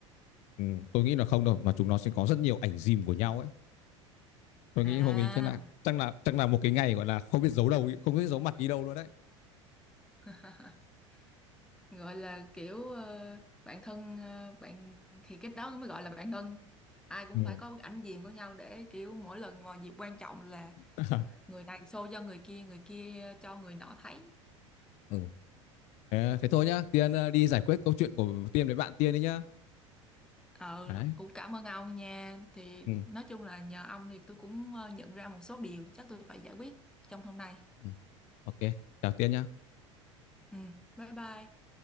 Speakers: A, on the left; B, in the centre.
A: ừ, tôi nghĩ là không đâu mà chúng nó sẽ có rất nhiều ảnh dìm của nhau ấy tôi
B: À
A: nghĩ hôm nay chắc là chắc là chắc là một cái ngày gọi là không biết giấu đầu không biết giấu mặt đi đâu luôn đấy
B: <laughs> gọi là kiểu ờ, bạn thân ờ, bạn thì cái đó mới gọi là bạn thân. Ai cũng
A: Ừ,
B: phải có ảnh diệm của nhau để kiểu mỗi lần mà dịp quan trọng là
A: <laughs>
B: người này show cho người kia, người kia cho người nọ thấy.
A: ừ. Ờ, thế thôi nhá, Tiên ờ, đi giải quyết câu chuyện của Tiên với bạn Tiên đi nhá.
B: Ờ
A: Đấy,
B: cũng cảm ơn ông nha. Thì
A: ừ.
B: nói chung là nhờ ông thì tôi cũng ờ, nhận ra một số điều chắc tôi phải giải quyết trong hôm nay.
A: ừ. ok, chào Tiên nhá.
B: Ừ, bye bye.